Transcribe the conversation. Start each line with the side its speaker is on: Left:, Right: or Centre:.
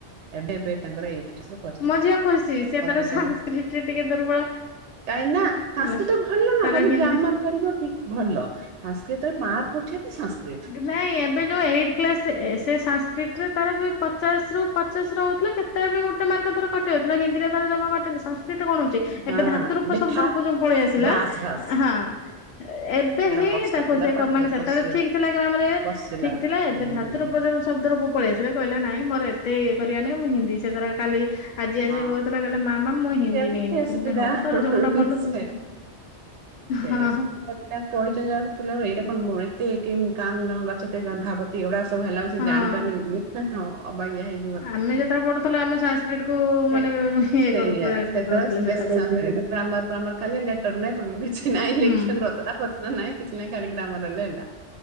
Right: ଏବେ ଏବେ ତାଙ୍କର ଏଥିରେ କରିଚନ୍ତି।
Left: ମୋ ଝିଅ ଖୁସି ସେ ତାର
Right: <inaudible>
Left: ସାଂସ୍କ୍ରିଟ ରେ ଟିକେ ଦୁର୍ବଳ
Right: କାହିଁକି ନା ସାଂସ୍କୃତ
Left: ହେଲା
Right: ଭଲ ନା
Left: ତାର
Right: ଖାଲି
Left: ହିନ୍ଦୀ
Right: ଗ୍ରାମାର କରିବ। ଭଲ ସାଂସ୍କୃଟରେ ମାର୍କ ଉଠିବା ପାଇଁ ସାଂସ୍କୃଟ।
Left: ନାଇଁ ଏବେ ଯୋଉ ଏଇଟ କ୍ଲାସରେ ଏ ସାଂସ୍କଟରେ ତାର ବି ପଚାଶ ରୁ ପଚାଶ ରହୁଥିଲା କେତେ ତ ବି ଗୋଟେ ମାର୍କ ଧର କଟିଯାଉଥିଲା ହିନ୍ଦୀରେ ତାର ଜମା କଟେନି ସଂସ୍କୃଟ କଣ ହଉଛି
Right: ହଁ
Left: ଏ ଧାତୁ ରୂପ
Right: ଲେଖା
Left: ଶବ୍ଦରୂପ ଯଉ ପଳେଇଆସି ଥିଲା
Right: ବାସ୍ ବାସ୍
Left: ହଁ ଏବେ
Right: ସେଟା
Left: ହିଁ
Right: କଷ୍ଟ
Left: ତାକୁ
Right: ପିଲା
Left: ସେ
Right: ପାଟିରେ
Left: ମାନେ ସେତେବେଳେ
Right: ପଶି
Left: ଠିକ ଥିଲା ଗ୍ରାମରେ
Right: ପଶିଲା
Left: ଠିକ ଥିଲା
Right: ହୁଁ।
Left: ଏବେ
Right: ହୁଁ,
Left: ଧାତୁର
Right: ହୁଁ।
Left: ଉପଯୋଗ ବି ଶବଦ ରୂପ ପଳେଇଆସିଲା କହିଲା ନାଇଁ ମୋର ଏତେ ଇଏ କରିବାର ନାହିଁ ମୁଁ ହିନ୍ଦୀ ସେ ତାର କାଲି ଆଜି ଆଜି
Right: ହଁ।
Left: କହୁଥିଲା କହିଲା ମାମା ମୁଁ ହିନ୍ଦୀ
Right: ସେମିତି
Left: ନେଇ ନେଇଛି
Right: ଅସୁବିଧା
Left: ହଉ ତୋର ଯୋଉଟା ଭଲ
Right: ସେ
Left: ତୁ ସେଇଟା
Right: ସେଇଆ
Left: ହଁ
Right: ସୁବିଧା ପିଲା ପଢିଛନ୍ତି ପିଲା ଏଇଟା <unintelligible> ହେ, କିମ, କାମ, ଦଗଛତେ, ଧାବତି ଏଗୁଡା ସବୁ ହେଲା ବେଳକୁ ସେ
Left: ହଁ।
Right: ଜାଣିପାରୁନି ହଁ ଅବାଗିଆ ହେଇଯାଉଛି।
Left: ଆମେ ଯେତବେଳେ ପଢୁଥିଲୁ ଆମେ ସାସ ଶାସକ୍ରିଟକୁ
Right: ସେ
Left: ମାନେ ଇଏ
Right: ସେଇଆ
Left: କରୁଥିଲେ ଦଉଥିଲେ
Right: ବେଶୀ
Left: ସେତେବେଳେ
Right: ଗ୍ରାମର ଫ୍ରାମର ଖାଲି ଲେଟର କିଛି ନାଇଁ
Left: ହୁଁ
Right: ଲେଖିବାକୁ ରଚନା ରଚନା ନାଇଁ କିଛି ନାଇଁ ଖାଲି ଗ୍ରାମାର ହେଲେ ହେଲା